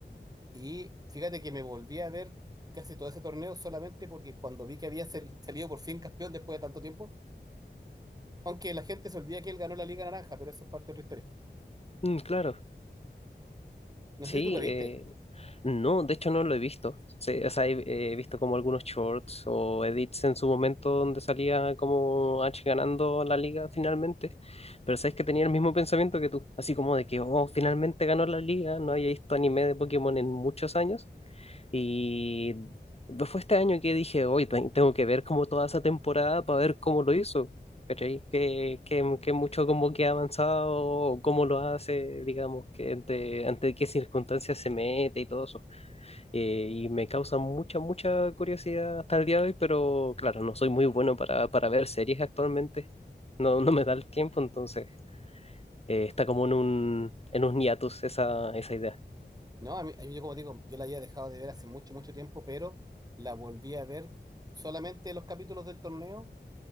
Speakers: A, on the right (about 20°); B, on the left (about 35°).
A: Y fíjate que me volví a ver casi todo ese torneo solamente porque cuando vi que había sal- salido por fin campeón después de tanto tiempo, aunque la gente se olvida que él ganó la Liga Naranja, pero eso es parte de otra historia.
B: mm, claro,
A: No
B: sí,
A: sé si tú la viste.
B: eh, No, de hecho no lo he visto. Sí, o sea, he, he visto como algunos shorts o edits en su momento donde salía como H ganando la liga finalmente. Pero sabes que tenía el mismo pensamiento que tú, así como de que, oh, finalmente ganó la liga, no había visto anime de Pokémon en muchos años. Y no fue este año que dije, hoy tengo que ver como toda esa temporada para ver cómo lo hizo. ¿Cachai? Que, que, que mucho como que ha avanzado, o cómo lo hace, digamos, que ante, ante qué circunstancias se mete y todo eso eh, y me causa mucha, mucha curiosidad hasta el día de hoy, pero claro, no soy muy bueno para, para ver series actualmente, no, no me da el tiempo, entonces eh, está como en un, en un hiatus esa, esa idea.
A: No, a mí, a mí, yo como digo, yo la había dejado de ver hace mucho, mucho tiempo, pero la volví a ver solamente los capítulos del torneo,